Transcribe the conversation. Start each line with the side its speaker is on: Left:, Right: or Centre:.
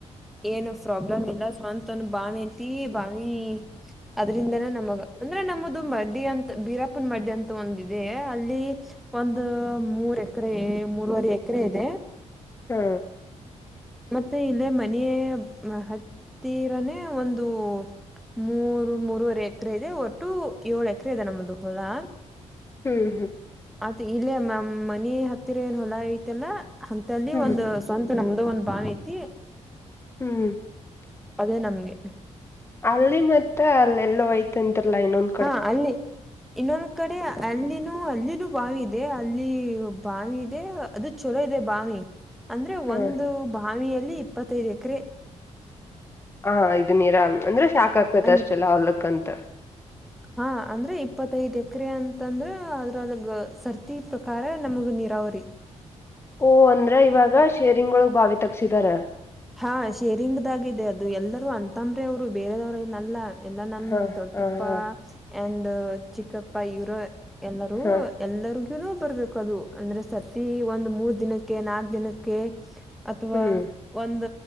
Centre: ಏನು ಪ್ರಾಬ್ಲಮ್ ಇಲ್ಲ ಸ್ವಂತವಂದ ಬಾವಿ ಅಂತ ಬಾವಿ ಅದ್ರಿಂದನೇ ನಮಗ ಅಂದ್ರೆ ನಮ್ಮದು ಮಡ್ಡಿ ಅಂತ ಬೀರಾಪನ್ ಮಡ್ಡಿ ಅಂತ ಒಂದಿದೆ ಅಲ್ಲಿ ಒಂದು ಮೂರ್ ಎಕರೆ ಮೂರವರೆ ಎಕರೆ ಇದೆ.
Left: ಹಾ.
Centre: ಮತ್ತೆ ಇಲ್ಲೇ ಮನೆಯ ಮ ಹತ್ತಿರನೇ ಒಂದು. ಮೂರು ಮೂರುವರೆ ಎಕರೆ ಇದೆ ಒಟ್ಟು ಏಳು ಎಕರೆ ಇದೆ ನಮ್ದು ಹೊಲಾ.
Left: ಹೂ ಹು. <unintelligible>
Centre: ಆತ್ ಇಲ್ಲೇ ಮಮ್ ಮನಿ ಹತ್ತಿರ ಏನ್ ಹೊಲ ಐತಿಲ್ಲ ಹಂತಲ್ಲಿ
Left: ಹ್ಮ್
Centre: ಒಂದ್ <unintelligible> ನಮ್ಮದ ಒಂದ್ ಬಾವಿ ಐತಿ. <unintelligible>
Left: ಹೂ. <unintelligible>
Centre: ಅದೇ ನಮಗೆ. <unintelligible>
Left: ಅಲ್ಲಿ ಮತ್ತ ಅಲ್ಲ ಎಲ್ಲೋ ಅಯ್ತ ಅಂತಲ್ಲಾ ಇನ್ನೊಂದ. <unintelligible>
Centre: ಹಾ ಅಲ್ಲಿ. <unintelligible> ಇನ್ನೊಂದ್ ಕಡೆ ಅಲ್ಲಿನೂ ಅಲ್ಲಿನೂ ಬಾವಿ ಇದೆ ಅಲ್ಲಿ ಬಾವಿ ಇದೆ ಅದು <unintelligible> ಚೋಲೋ ಇದೆ ಬಾವಿ ಅಂದ್ರೆ
Left: ಹಾ
Centre: ಒಂದು ಬಾವಿಯಲ್ಲಿ ಇಪ್ಪತ್ತೈದು ಎಕರೆ. <unintelligible>
Left: ಹಾ ಇದು ನೀರಾ ಅಂದ್ರೆ ಸಾಕಕ್ ಆಕತ್ತ
Centre: ಅನ್
Left: ಅಷ್ಟೆಲ್ಲ ಹೊಲಕ್ಕಂತ. <unintelligible>
Centre: ಹಾ ಅಂದ್ರೆ ಇಪ್ಪತ್ತೈದ್ ಎಕರೆ ಅಂತಂದ್ರ ಅದ್ರಲಗ ಸರ್ತಿ ಪ್ರಕಾರ ನಮಗ ನೀರಾವರಿ. <unintelligible>
Left: ಹು ಅಂದ್ರ ಇವಾಗ ಶೇರಿಂಗ್ ಒಳಗ್ ಬಾವಿ ತಕ್ಸಿದಾರ. <unintelligible>
Centre: ಹಾ ಶೇರಿಂಗದಾಗ ಇದೆ ಅದು ಎಲ್ಲರೂ ಅಂತಂಬ್ರೆ ಅವ್ರು ಬೇರೆದವ್ರ ಏನ್ ಅಲ್ಲ. <unintelligible> ಎಲ್ಲಾ ನಮ್ಮ
Left: ಹಾ
Centre: ದೊಡ್ಡಪ್ಪ
Left: ಹಾ ಹಾ
Centre: ಆಂಡ್ ಚಿಕ್ಕಪ್ಪ ಇವರ ಎಲ್ಲರೂ <unintelligible>
Left: ಹಾ
Centre: ಎಲ್ಲರಿಗೂನು ಬರ್ಬೇಕು ಅದು ಅಂದ್ರೆ ಸತಿ ಒಂದ್ ಮೂರ್ ದಿನಕ್ಕೆ ನಾಕ್ ದಿನಕ್ಕೆ <unintelligible> ಅಥವಾ
Left: ಹ್ಮ್
Centre: ಒಂದ